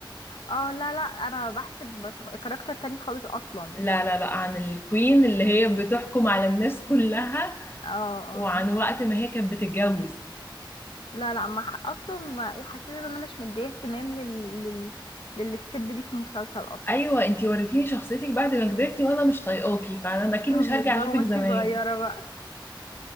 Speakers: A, on the left (about 80°); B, on the left (about 25°).
A: اه لا لا انا بحسب شخ... كاركتر تاني خالص اصلا
B: لا لا لا عن الكوين اللي هي بتحكم على الناس كلها
A: اه اه
B: وعن وقت ما هي كانت بتتجوز
A: لا لا ما ح- اصلا ما حسيت ان انا مش مديه اهتمام لل لل للستيب دي في المسلسل اصلا
B: ايوه انتي وريتيني شخصيتك بعد ما كبرتي وانا مش طايقاكي فانا
A: <laughs>
B: اكيد مش هرجع
A: بالظبط
B: اشوفك
A: وانتي
B: زمان
A: صغيره بقى